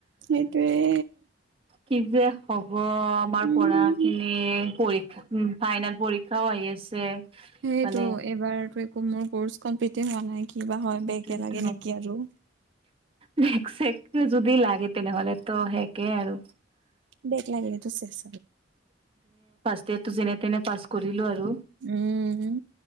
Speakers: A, on the right; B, on the right.
A: সেইটোয়ে
B: কি যে হব আমাৰ
A: উম
B: পঢ়াখিনি পৰীক্ষা ফাইনেল পৰীক্ষাও আহি আছে
A: সেইটো
B: ইফালে
A: এইবাৰতো একো মোৰ কৰ্চ কমপ্লিতে হোৱা নাই কিবা হয়
B: সেইটোৱেটো
A: বেকে লাগে নেকি আৰু
B: বেক চেক যদি লাগে তেনেহলে তো সেষে আৰু
A: বেক লাগিলে টো চেচ
B: বি এ তো যেনে তেনে পাছ কৰিলো আৰু
A: উম